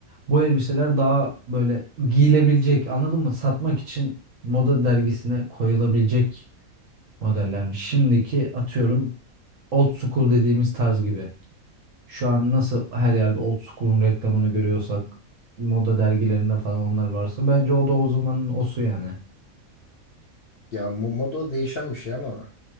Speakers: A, on the right; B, on the left.
A: bu elbiseler daha böyle giyilebilecek anladın mı? Satmak için moda dergisine koyulabilecek modellermiş. Şimdiki atıyorum old school dediğimiz tarz gibi. Şu an nasıl her yerde old school'un reklamını görüyorsak moda dergilerinde falan onlar varsa bence o da o zamanın osu yani.
B: Ya mo- moda değişen bir şey ama